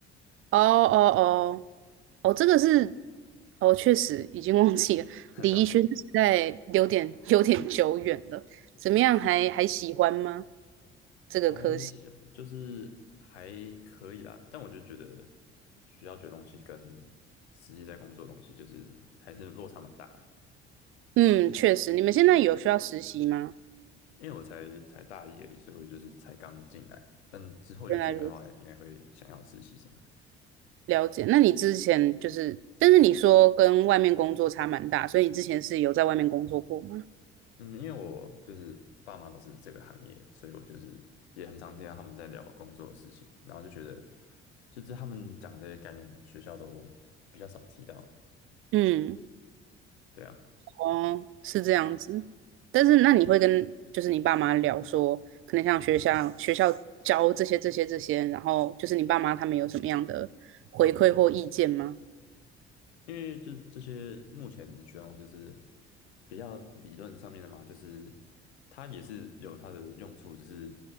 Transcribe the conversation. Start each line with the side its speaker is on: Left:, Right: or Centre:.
Right: 哦哦哦，哦，这个是，哦，确实已经忘记了，
Left: <laughs> 对吧？
Right: 李怡轩时代有点有点久远了。怎么样还，还喜欢吗？这个科系？
Left: 还行，就是还可以啦。但我就觉得需要学的东西跟实际在工作的东西，就是还是落差蛮大的。
Right: 嗯，确实，你们现在有需要实习吗？
Left: 因为我才才大一而已，所以我就是才刚进来。但之后有机会的话，
Right: 原来如此
Left: 应该会想要实习什么的。
Right: 了解。那你之前就是，但是你说跟外面工作差蛮大，所以你之前是有在外面工作过吗？
Left: 嗯，因为我就是爸妈都是这个行业的所以我就是也很常听到他们在聊工作的事情，然后就觉得，就是他们讲这些概念，学校都比较少提到。
Right: 嗯。
Left: 对啊，
Right: 哦，是这样子。但是那你会跟就是你爸妈聊说，可能像学校学校教这些这些这些，然后就是你爸妈他们有什么样的回馈或意见吗？
Left: 因为这这些目前学用就是比较理论上面的嘛，就是它也是有它的用处，只是